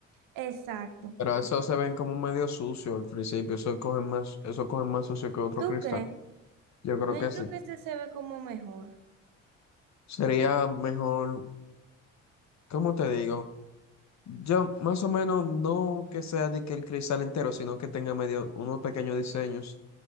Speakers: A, on the right; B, on the left.
A: Exacto.
B: Pero eso se ven como medio sucio al principio, eso cogen más, eso cogen más sucio que otro
A: ¿Tú
B: cristal.
A: crees?
B: Yo creo
A: No,
B: que
A: yo creo
B: sí.
A: que ese se ve como mejor.
B: Sería mejor, ¿cómo te digo? Yo más o menos no que sea de que el cristal entero, sino que tenga medio unos pequeños diseños